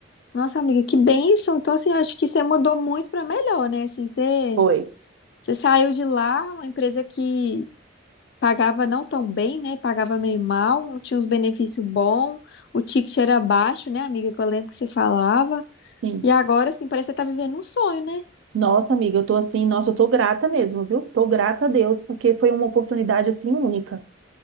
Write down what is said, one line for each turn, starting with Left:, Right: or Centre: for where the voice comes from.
Left: nossa amiga, que bênção. Então, assim, acho que você mudou muito para melhor, né? Assim, você,
Right: Foi.
Left: você saiu de lá, uma empresa que pagava não tão bem, né? Pagava meio mal, não tinha uns benefícios bons, o ticket era baixo, né, amiga? Que eu lembro que você falava.
Right: Sim.
Left: E agora, assim, parece que você tá vivendo um sonho, né?
Right: Nossa, amiga, eu tô assim, nossa, eu tô grata mesmo, viu? Tô grata a Deus, porque foi uma oportunidade assim única.